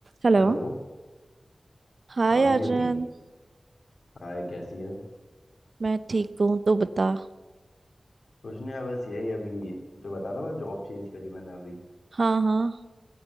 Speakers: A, on the right; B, on the left.
A: Hello
B: Hello
A: Hi
B: हाँ Niyati
A: Arjun
B: Hi कैसी है
A: मैं ठीक हूँ तो बता
B: कुछ नहीं बस यही अभी तो बता रहा ना जॉब चेंज करी मैंने अभी
A: हाँ हाँ